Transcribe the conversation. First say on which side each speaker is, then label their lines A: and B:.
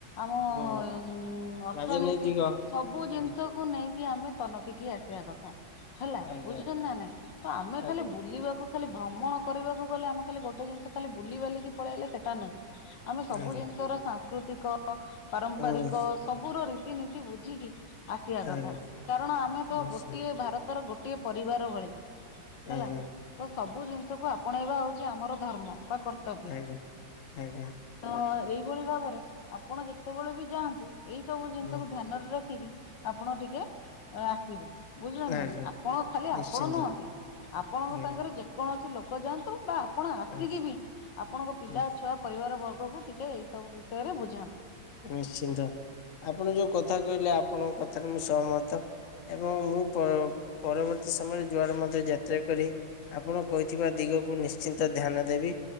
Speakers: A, on the left; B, on the left.
A: ଆମ
B: ହୁଁ
A: ଉ ଅର୍ଥନୀତି
B: ରାଜନୈତିକ
A: ସବୁ ଜିନ୍ଷ
B: ହୁଁ
A: କୁ ନେଇକି ଆମେ ତନଖିକି ଆସିବା କଥା। ହେଲା
B: ଆଜ୍ଞା
A: ବୁଝୁଚନ୍ତି ନାଁ ନାଇଁ ତ ଆମେ
B: ଆଜ୍ଞା
A: ଖାଲି ବୁଲିବାକୁ ଖାଲି ଭ୍ରମଣ କରିବାକୁ ଗଲେ ଆମେ ଖାଲି ଗୋଟେ ଜିନିଷ ଖାଲି ବୁଲିିବାଲିକି ପଳିଆଇଲେ ସେଟା ନୁହେଁ। ଆମେ ସବୁ
B: ଆଜ୍ଞା
A: ଜିନିଷର ସାଂସ୍କୃତିକ ପାରମ୍ପାରିକ
B: ଉଁ
A: ସବୁର ରୀତିନୀତି ବୁଝିକି ଆସିବା କଥା
B: ଆଜ୍ଞା
A: କାରଣ ଆମେ ତ
B: ନିଶ୍ଚୟ
A: ଗୋଟିଏ ଭାରତର ଗୋ ଟିଏ ପରିବାର ଭଳି ହେଲା
B: ଆଜ୍ଞା
A: ତ ସବୁ ଜିନିଷକୁ ଆପଣେଇବା ହୋଉଚି ଆମର ଧର୍ମ। ବା କର୍ତ୍ତବ୍ୟ।
B: ଆଜ୍ଞା ଆଜ୍ଞା
A: ତ ଏଇଭଳି ଭାବରେ ଆପଣ ଯେତୋବେଳେ ବି ଯାଆନ୍ତୁ ଏଇ ସବୁ ଜିନିଷକୁ
B: ଉଁ
A: ଧ୍ୟାନରେ ରଖିକି ଆପଣ ଟିକେ ଆସିବେ। ବୁଝିିଲଣି ନାଁ
B: ଆଜ୍ଞା
A: ନାଇଁ ଆପଣ ଖାଲି
B: ନିଶ୍ଚିନ୍ତ
A: ଆପଣ ଖାଲି ନୁହନ୍ତି ଆପଣଙ୍କ
B: ଆଜ୍ଞା
A: ସାଙ୍ଗରେ ଯେ କୌଣସି ଲୋକ ଯାଆନ୍ତୁ ବା ଆପଣ ଆସିକି
B: ଉଁ
A: ବି ଆପଣଙ୍କ ପିଲା
B: ଉଁ
A: ଛୁଆ ପରିବାର ବର୍ଗକୁ ଟିକେ ଏଇ ସବୁ ବିଷୟରେ ବୁଝାନ୍ତୁ।
B: ନିଶ୍ଚିନ୍ତ ଆପଣ ଯୋଉ କଥା କହିଲେ ଆପଣଙ୍କ କଥାରେ ମୁଁ ସହମତ। ଏବଂ ମୁଁ ପର ପରବର୍ତ୍ତୀ ସମୟରେ ଯୁଆର ମଧ୍ୟ ଯାତ୍ରା କରେ ଆପଣ କହିଥିବା ଦିଗକୁ ନିଶ୍ଚିନ୍ତ ଧ୍ୟାନ ଦେବି।